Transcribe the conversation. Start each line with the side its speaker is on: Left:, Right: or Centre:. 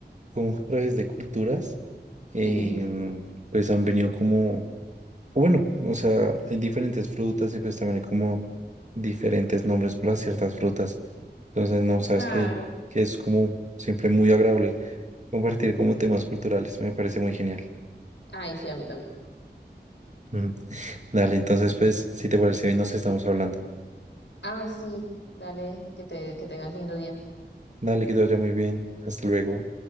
Right: cómo a través de culturas em,
Left: Sí,
Right: pues han venido como, o bueno, o sea, hay diferentes frutas y pues también hay como diferentes nombres para ciertas frutas. Entonces, no, sabes
Left: Claro.
Right: que, que es como siempre muy agradable. compartir como temas culturales, me parece muy genial.
Left: Ay, sí, a mí también.
Right: Ujú. Dale, entonces pues, si te parece bien, nos estamos hablando.
Left: Ah, sí, dale, que te, que tengas lindo día.
Right: Dale, que te vaya muy bien. Hasta luego.